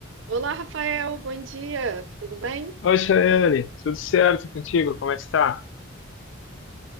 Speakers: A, on the right; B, on the left.
A: Olá, Rafael, bom dia, tudo bem?
B: Oi, Chayane, tudo certo contigo? Como é que está?